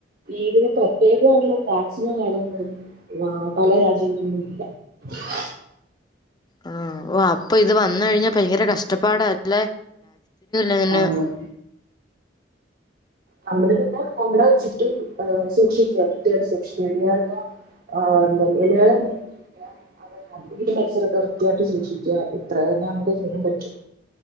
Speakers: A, on the right; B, on the left.
A: ഇതിന് പ്രത്യേകമായിട്ടുള്ള വാക്സിനോ കാര്യങ്ങളൊന്നും പല രാജ്യങ്ങളന്നും ഇല്ല. <unintelligible>
B: ആ ഓ അപ്പൊ ഇത് വന്ന കഴിഞ്ഞാ ഭയങ്കര കഷ്ടപ്പാടല്ല...... <unintelligible>
A: ആണ് നമ്മള് പിന്നെ നമ്മടെ ചുറ്റും സൂക്ഷിക്കുക <unintelligible> ആഹ എന്താ <unintelligible> എത്ര വൃത്തിയായിട്ട് ശൂക്ഷിക്കുക ഇത്ര തന്നെ നമുക്ക് ചെയ്യ്യൻ പറ്റും......